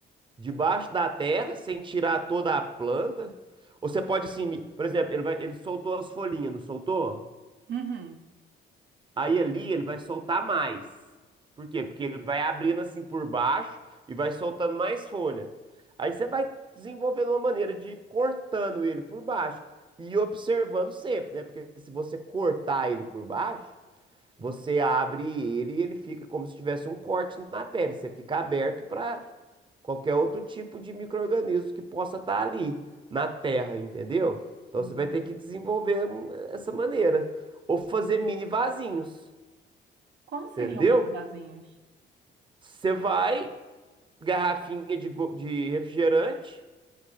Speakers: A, on the right; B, on the right.
A: debaixo da terra, sem tirar toda a planta. Ou você pode assim, mi- por exemplo, ele vai, ele soltou as folhinhas, não soltou?
B: Uhum.
A: Aí ali ele vai soltar mais. Por quê? Porque ele vai abrindo assim por baixo e vai soltando mais folha. Aí você vai desenvolvendo uma maneira de ir cortando ele por baixo e observando sempre, né? Porque se você cortar ele por baixo, você abre ele e ele fica como se tivesse um corte na pele. Você fica aberto para qualquer outro tipo de micro-organismo que possa estar ali na terra, entendeu? Então
B: Entendi.
A: você vai ter que desenvolver hum, essa maneira. Ou fazer mini vasinhos.
B: Como seriam
A: Entendeu?
B: meus vasinhos?
A: Você vai, garrafinha de, go- de refrigerante,